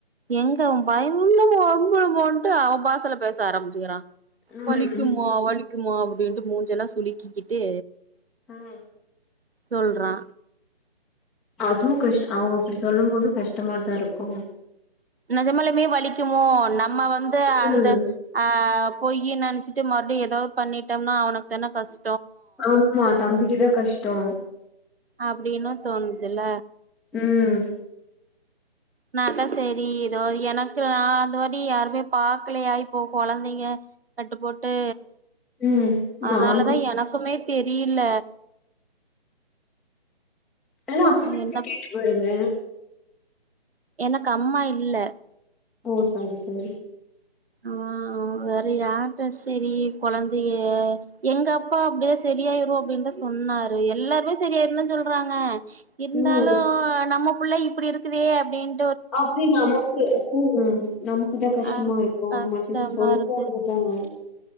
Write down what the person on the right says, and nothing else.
எங்க பயனுள்ளமோ அம்பளமோன்ட்டு அவ பாசல பேச ஆரம்பிச்சுக்கிறா
வலிக்குமா வலிக்குமா அப்டின்ட்டு மூஞ்செலா சுலிக்கிக்கிட்டு
சொல்றா
நெஜமாலுமே வலிக்குமோ நம்ம வந்து
அந்த ஆ பொய்யின் நெனஸ்ட்டு மறுடியு எதோ பண்ணிட்டம்னா அவனுக்தானே கஷ்
அப்டின்னு தோணுதுல
நாதா சரி எதொ எனக்கு நா அந்த மாரி யாருமே பாக்கலயா இப்போ கொழந்தைங்க கட்டு போட்டு
அதனாலதா
எனக்குமே தெரியில
என்ன
எனக்கு அம்மா இல்ல
ஆ வேற யார்ட்ட செரி கொழந்திய எங்கப்பா அப்டிதா சரியாயிரு அப்டின்தா சொன்னாரு எல்லாருமே சரியாயிருந்தா சொல்றாங்க இருந்தாலு
நம்ம புள்ள இப்டிருக்குதே அப்டின்
ஆ
கஷ்டமா
இருக்கு